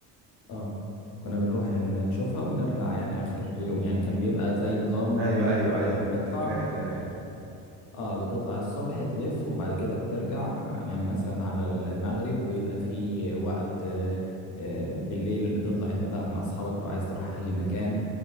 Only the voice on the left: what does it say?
اه كنا بنروح ن- نشوفها ونرجع يعني اخر اليوم يعني كان بيبقى زي نظام
آه،
بتطلع
اه بتطلع الصبح تلف وبعد كده بترجع يعني مثلا على المغرب ويبقى في وقت آه، آه، بالليل بتطلع انت بقى مع اصحابك لو عايز تروح اي مكان